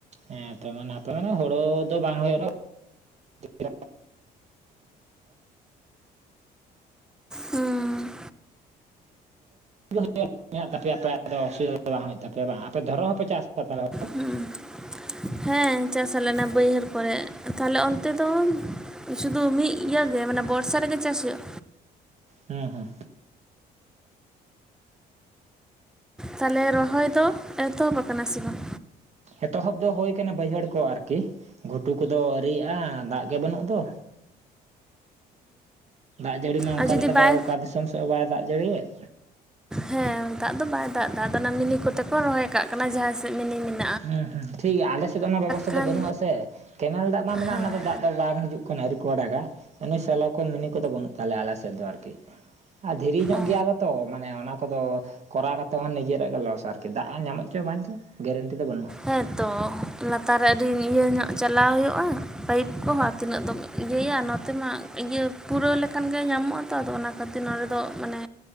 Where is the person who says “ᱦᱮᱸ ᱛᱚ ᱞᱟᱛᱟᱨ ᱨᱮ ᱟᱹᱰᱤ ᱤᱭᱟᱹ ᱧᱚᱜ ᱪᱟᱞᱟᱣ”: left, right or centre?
Centre